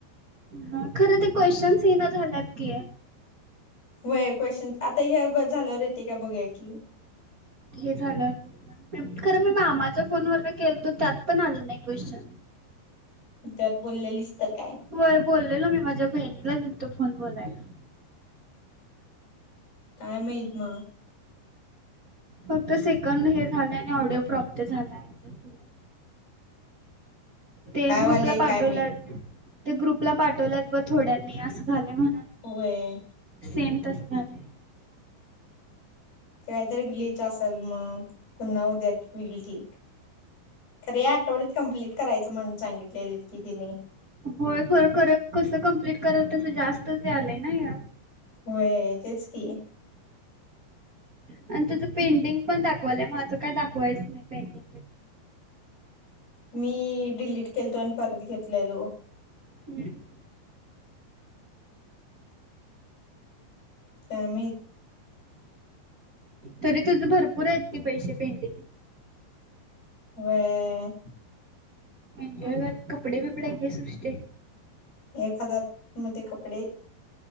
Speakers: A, on the right; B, on the left.
A: हा. खरं ते क्वेश्चन्स येणं झाल्यात की?
B: होय क्वेशचन. आता हे ब झाल्यावर येते का बघूया की?
A: हे झाल्यावर बघूया. खरं मी मामाच्या फोनवर केलतो त्यात पण आलं नाही क्वेश्चन.
B: त्यात बोललेलीस तर काय?
A: होय बोललेलो मी. माझ्या बहिणीला दिलतो फोन बोलायला.
B: काय माहित मग.
A: फक्त सेकंद हे झालंय. आणि ऑडिओ प्रॉप्त झालाय. एवढंच दिलंय. ते
B: काय
A: ग्रुपला
B: वाले
A: पाठवल्यात.
B: काय माहित
A: ते ग्रुपला पाठवल्यात. बघ थोड्यांनी असं झालय म्हण
B: होय.
A: सेम तस झालय.
B: ते काहीतरी ग्लिच असल मग. पुन्हा उद्या होईल ठीक. खर या आठवड्यात कंप्लीट करायचं म्हणून सांगितलेलित कि तेनी.
A: होय खर खर कसं कंप्लीट करायल तसं जास्त च यालंय ना हे.
B: होय तेच की.
A: आणि तेज पेंडिंग पण दाखवायलंय. माझं काय दाखवायच नाही पेंडिंग.
B: मी डिलीट केलतो आणि परत घेतलेलो.
A: हम्.
B: काय माहित?
A: तरी तुझं भरपूर आहेत की पैशे पेंडिंग.
B: होय.
A: एन्जॉय कर कपडे बीपडे घे सृष्ट्ये.
B: एक हजार मध्ये कपडे